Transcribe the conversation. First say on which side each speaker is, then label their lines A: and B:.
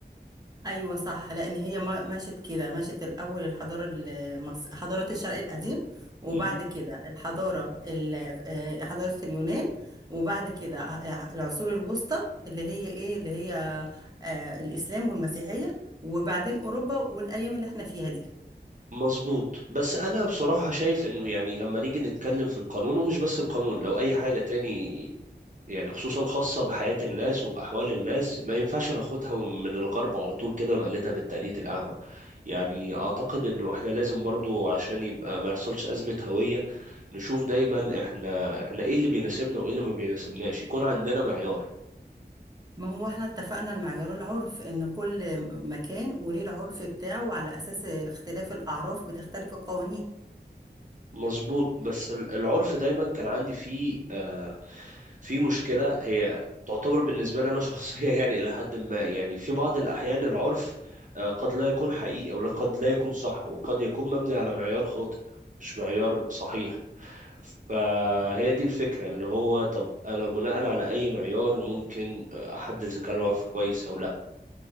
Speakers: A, on the right (about 20°); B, on the right (about 45°).
A: ايوه صح لان هي ما- مشت كده مشت الاول الحضاره المصر حضارات الشرق القديم وبعد
B: مهم.
A: كده الحضاره ال- آه، حضاره اليونان وبعد كده ع- العصور الوسطى اللي هي ايه اللي هي آه، الاسلام والمسيحيه وبعدين اوروبا والايام اللي احنا فيها دي
B: مظبوط بس أنا بصراحة شايف إنه يعني لما نيجي نتكلم في القانون ومش بس القانون لو أي حاجة تاني يعني خصوصا خاصة بحياة الناس وبأحوال الناس ما ينفعش ناخدها من الغرب على طول كده ونقلدها بالتقليد الأعمى يعني أعتقد إنه إحنا لازم برضو عشان يبقى ما يحصلش أزمة هوية نشوف دايما إحنا إحنا إيه اللي بيناسبنا وإيه اللي ما بيناسبناش يكون عندنا معيار
A: ما هو احنا اتفقنا المعيار العرف ان كل مكان وليه العرف بتاعه وعلى اساس اختلاف الاعراف بتختلف القوانين
B: مظبوط بس ال- العرف دايما كان عندي فيه آه في مشكلة هي تعتبر بالنسبة لي أنا شخصية <laughs> يعني إلى حد ما يعني في بعض الأحيان العرف آه قد لا يكون حقيقي أو قد لا يكون صح وقد يكون مبني على معيار خاطئ مش معيار صحيح فهي دي الفكرة اللي هو طب أنا بناء على أي معيار ممكن آه، أحدد إذا كان العرف كويس أو